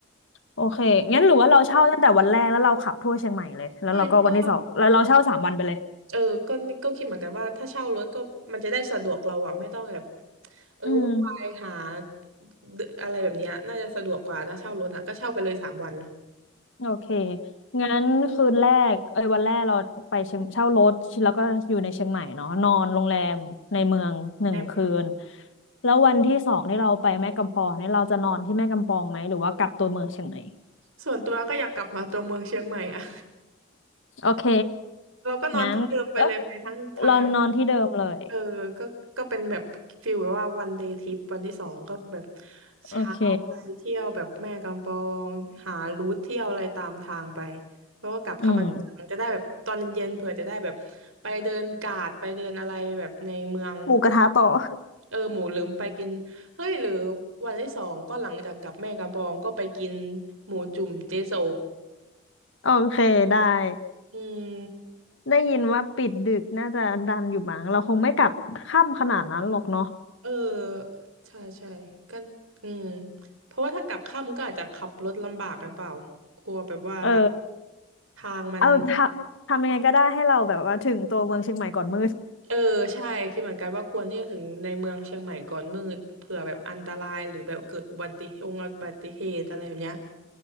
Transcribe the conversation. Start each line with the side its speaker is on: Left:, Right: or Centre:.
Left: โอเคงั้นหรือว่าเราเช่าตั้งแต่วันแรกแล้วเราขับทั่วเชียงใหม่เลยแล้วเราก็วันที่สองแล้วเราเช่าสามวันไปเลย
Right: ใช่ก็ว่าเออก็ก็คิดเหมือนกันว่าถ้าเช่ารถก็มันจะได้สะดวกเราอะไม่ต้องแบบเออวุ่นวายหา
Left: อืม
Right: เดอะไรแบบเนี้ยน่าจะสะดวกกว่าถ้าเช่ารถอะก็เช่าไปเลยสามวัน
Left: โอเคงั้นคืนแรกเอ้ยวันแรกเราไปเชียงเช่ารถแล้วก็อยู่ในเชียงใหม่เนาะนอนโรงแรมในเมืองหนึ่งคืน
Right: ในเมือง
Left: แล้ววันที่สองที่เราไปแม่กำปองนี่เราจะนอนที่แม่กำปองไหมหรือว่ากลับตัวเมืองเชียงใหม่
Right: ส่วนตัวก็อยากกลับมาตัวเมืองเชียงใหม่อะ
Left: โอเค
Right: <laughs> เราก็นอนที่เดิมไปเลยไหมทั้งทั้ง
Left: งั้นเออเรานอนที่เดิมเลย
Right: เออก็ก็เป็นแบบฟิลแบบว่าวันเดย์ทริปวันที่สองก็แบบเช้าไปเที่ยวแบบแม่กำปองหารูทเที่ยวอะไรตามทางไป
Left: โอเค
Right: แล้วก็กลับเข้ามาในเมืองจะได้แบบตอนเย็นๆเผื่อจะได้แบบไปเดินกาดไปเดินอะไรแบบในเมือง
Left: อืมหมูกระทะต่อ
Right: เออหมูลืมไปกินเฮ้ยหรือวันที่สองก็หลังจากกลับแม่กำปองก็ไปกินหมูจุ่มเจโซ
Left: โอเคได้
Right: อืม
Left: ได้ยินว่าปิดดึกน่าจะดันอยู่มั้งเราคงไม่กลับค่ำขนาดนั้นหรอกเนาะ
Right: เออใช่ใช่ก็อืมเพราะว่าถ้ากลับค่ำก็อาจจะขับรถลำบากกันเปล่ากลัวแบบว่า
Left: เออ
Right: ทางมัน
Left: เอาทำทำยังไงก็ได้ให้เราแบบว่าถึงตัวเมืองเชียงใหม่ก่อนมืด
Right: เออใช่คิดเหมือนกันว่าควรที่จะถึงในเมืองเชียงใหม่ก่อนมืดเผื่อแบบอันตรายหรือแบบเกิดอุบัติเหตุอุบัติเหตุอะไรแบบเนี้ย